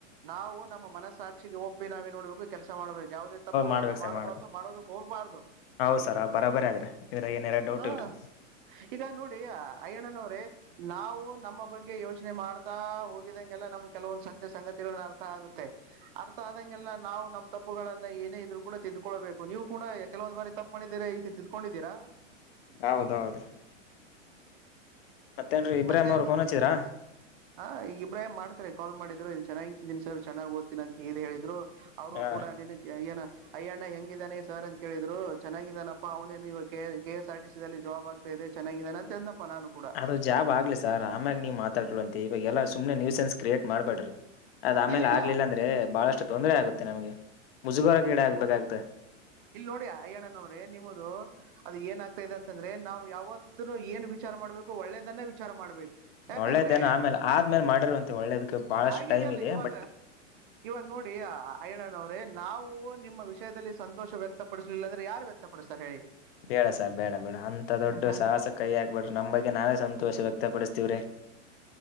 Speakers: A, on the right; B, on the left.
A: ನಾವು ನಮ್ಮ ಮನಸ್ಸಾಕ್ಷಿಗೆ ಒಪ್ಪಿ ನಾವೇನ್ ನೋಡ್ಬೇಕು ಕೆಲಸ ಮಾಡ್ಬೇಕು ಯಾಾವದೇ ತಪ್ಪುಗಳನ್ನ
B: ಮಾಡ್ಬೇಕಕ್ ಸರ್
A: ಮಾಡಬಾರ್ದು
B: ಮಾಡ್ಬೇಕು
A: ಮಾಡೋದಕ್ ಹೋಗ್ಬಾರ್ದು
B: ಹೌದ್ ಸರ್ ಬರಾಬರಿ ಆದ್ರ ಇದ್ರಾಗ ಏನಾರ ಡೌಟ್
A: ಹಾ
B: ಇಲ್ರಿ
A: ಈಗ ನೋಡಿ ಅಯ್ಯಣ್ಣನವ್ರೇ ನಾವು ನಮ್ಮ ಬಗ್ಗೆ ಯೋಚನೆ ಮಾಡ್ತ ಹೋಗಿದಂಗೆಲ್ಲ ನಮ್ಗೆ ಕೆಲವೊಂದು ಸತ್ಯ ಸಂಗತಿಗಳನ್ನ ಅರ್ಥ ಆಗುತ್ತೆ ಅರ್ಥ ಆದಂಗೆಲ್ಲ ನಾವು ನಮ್ ತಪ್ಪ ನ್ನ ಏನೇ ಇದ್ರು ಕೂಡ ತೆಗೆ್ಕೊಳ್ಬೇಕು ನೀವು ಕೂಡ ಕೆಲವೊ್ ಬಾರಿ ತಪ್ಪ ಮಾಡಿದೀರ ತಿದ್ಕೊಂಡಿದ್ದೀರಾ
B: ಹೌದೌದು ಮತ್ತೇನ್ರಿ ಇಬ್ರಾಹಿಂ
A: ಮತ್ತೆ
B: ಅವ್ರು ಫೋನ್ ಹಚ್ಚಿದ್ರಾ
A: ಹ ಈಗ ಇಬ್ರಾಹ ಮಾಡ ಮಾಡ್ತಾರೆ ಕಾಲ್ ಮಾಡಿದ್ರು ಚೆನ್ನಾಗಿಂತೀಿನಿ ಸರ್ ಚನ್ನಾಗ್ ಓ್ತೀನಿ ಅಂತ ಹೇಳ ಹೇಳಿದ್ರು ಅವರು
B: ಹಾ
A: ಕೂಡ ನಿಿನ ಏನ ಅಯ್ಯಣ್ಣ ಹೆಂಗಿದ್ದಾನೆ ಸರ್ ಅಂತ ಕೇಳಿದ್ರು ಚೆನ್ನಾಗಿದ್ದಾನಪ್ಪಾ ಅವನೇನು ಇವ K S R T silly job ಆಗ್ತಾದೆ ಚೆನ್ನಾಗಾನ ಅಂತ ನಾನು ಕೂಡ
B: ಆದ್ರ ಜಾಬ್ ಆಗ್ಲಿ ಸರ್ ಆಮ್ಯಾಗಿ ನೀವು ಮಾತಾಡ್ರಿ ಅಂತ ಇವಾಗ ಎಲ್ಲ ಸುಮ್ಮನೆ ನ್ೂ ಸೆನ್ಸ್ ಕ್ರಿಯೇಟ್ ಮಾಡಬ್ಯಾಡ್ರಿ ಅದ ಆಮೇಲೆ
A: ಇಲ್ಲಿಲ್ಲ
B: ಆಗ್ಲಿಲ್ಲ ಅಂದ್ರೆ ಬಹಳಷ್ಟು ತೊಂದರೆ ಆಗುತ್ತೆ ನಮ್ಗೆ ಮುಜುಗೋರ ಗಿಡ ಆಗ್ಬೇಕಾಗ್ತ
A: ಇಲ್ ನೋಡಿಯ ಅಯ್ಯಣ್ಣನವ್ರೆ ನಿಮ್ಮದು ಅದು ಏನ್ ಆಗ್ತಾ ಇದೆ ಅಂತಂದ್ರೆ ನಾವು ಯಾವತ್ತನು ಏನ್ ವಿಚಾರ ವಿಚಾರ ಮಾಡ್ಬೇಕು ಒಳ್ಳೇದನ್ನೇ ವಿಚಾರ ಮಾಡ್ಬೇಕು ಯಾಕಂದ್ರೆ
B: ಒಳ್ಳೇದೇನು ಆಮೇಲೆ ಆದ್ಮೇಲೆ ಮಾಡಿರ ಅಂತೆ ಒಳ್ಳೇದಕ್ ಬಹಳಷ್ಟು
A: ಆಗಿದೆ
B: ಟೈಮ್
A: ಅಲ್ಲ
B: ಇದೆ
A: ಇವಾಗ
B: ಬಟ್
A: ಇವಾಗ ನೋಡಿ ಅಯಣ್ಣನವ್ರೇನ್ ನಾವು ನಿಮ್ಮ ವಿಷಯದಲ್ಲಿ ಸಂತೋಷ ವ್ಯಕ್ತಪಡಿಸಲಿಲ್ಲ ಅಂದ್ರೆ ಯಾರು ವ್ಯಕ್ತಪಡಿಸ್ತಾರೆ ಹೇಳಿ
B: ಬೇಡ ಸ ಬೇಡ ಬೇಡ ಅಂತ ದೊಡ್ಡ
A: ಹಾ
B: ಸಾಹಸ ಕೈ ಹಾಕ್ಬಿಡ್ರ ನಮ್ಗ್ಗೆ ನಾವೇ ಸಂತೋಷ ಇ ವಕ್ತಪಡಿಸ್ತೀವ್ರಿ